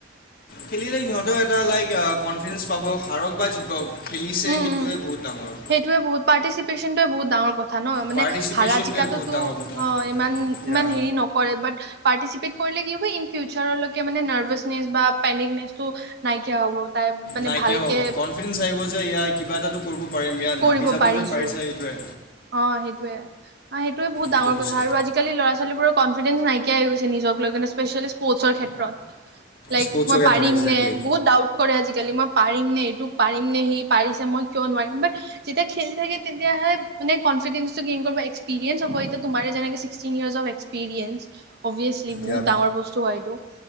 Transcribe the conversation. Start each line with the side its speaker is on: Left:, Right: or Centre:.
Left: খেলিলে সিহঁতেও এটা লাইক কনফিডেন্ঞ্চ পাব হাৰক বা জিকক খেলিছে সেইটোৱে
Right: উম উম
Left: বহুত ডাঙৰ
Right: সেইটোৱে বহুত পাৰ্টিচিপেনটোৱে বহুত ডাঙৰ কথা ন মানে
Left: পাৰ্টিচিপেশ্যনটোৱে
Right: হৰা জিকাটোতো
Left: বহুত ডাঙৰ কথা
Right: ইমান
Left: ইয়া
Right: হেৰি নকৰে বাত পাৰ্টিচিপেট কি ইন ফিউচাৰকে মানে নাৰ্ভাচনেচ বা পেনিকনেচটো নাইকিয়া হ'ব তাই মানে
Left: নাইকিয়া
Right: ভালকে
Left: হ'ব কনফিডেঞ্চ আহিব যে ইয়াৰ কিবা এটাতো কৰিব পাৰিম ইয়াত
Right: কৰিব
Left: নামি যাব
Right: পাৰিছো
Left: যে পাৰিছে এইটোৱে
Right: অ সেইটোৱে অ সেইটোৱে বহুত ডাঙৰ
Left: এইটো বস্তু
Right: কথা আৰু আজিকালি ল'ৰাছোৱালীবোৰৰ কন ফিলিঙচ নাইকিয়াই হৈ গৈছে নিজক লৈ কিনে ইস্পেচিয়েলি স্পৰ্টছৰ ক্ষেত্ৰত লাইক
Left: স্পৰ্টছৰ
Right: মই
Left: ক্ষেত্ৰত
Right: পাৰিম
Left: একজেক্টলি
Right: নে বহুত ডাউট কৰে আজি আজিকালি মই পাৰিম নে এইটো পাৰিম নে সি পাৰিছে মই কিয় নোৱাৰিম বা যেতিয়া খেলি থাকে তেতিয়াহে মানে কনফিডেন্সটো গেইন কৰিব এক্সপিৰিয়েঞ্চ হব তোমাৰ যেনেকে sixteen year of experience obviously বহুত
Left: ইয়াত
Right: ডাঙৰ বস্তু হয় এইটো